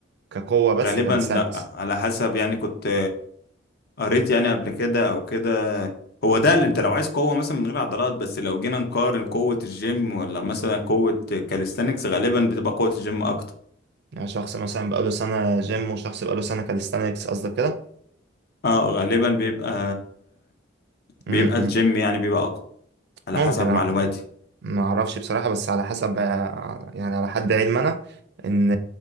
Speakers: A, on the right; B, on the left.
A: كقوه بس
B: غالبا
A: كاليستانكس
B: لا على حسب يعني كنت قريت يعني قبل كده او كده هو ده اللي انت لو عايز قوة مثلا من غير عضلات بس لو جينا نقارن قوة الجيم ولا مثلا قوة كاليستانكس غالبا بتبقى قوة الجيم اكتر
A: يعني شخص مثلا بقاله سنه جيم وشخص بقاله سنه كاليستانكس قصدك كده
B: اه غالبا بيبقى
A: امم
B: بيبقى الجيم يعني بيبقى اقوى على
A: ممكن
B: حسب معلوماتي
A: أ... ما اعرفش بصراحه بس على حسب آه، يعني على حد علم انا ان